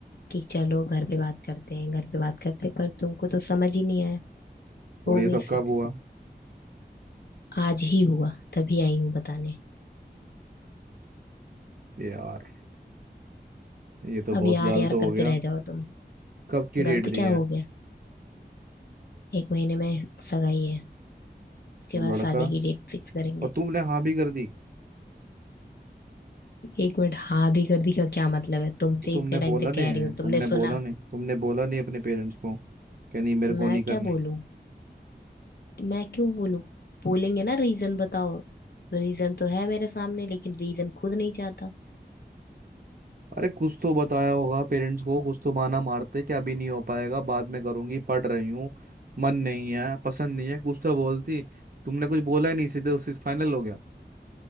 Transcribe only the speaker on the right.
और
ये
सब कब
हुआ
ये यार ये तो बहुत
गलत
हो
गया
कब की डेट
दी
है
वो
लड़का
और तुमने हाँ भी कर दी
तो तुमने
बोला
नहीं
तुमने बोला
नहीं तुमने बोला नहीं अपने पेरेंट्स को क्या नहीं मेरे
को नहीं करनी
अरे कुछ तो बताया होगा पेरेंट्स को कुछ तो बहाना मारते कि अभी नहीं हो पाएगा बाद में करूंगी पढ़ रही हूँ मन नहीं है पसंद नहीं है कुछ तो बोलती तुमने कुछ बोला ही नहीं सीधे उससे फाइनल हो गया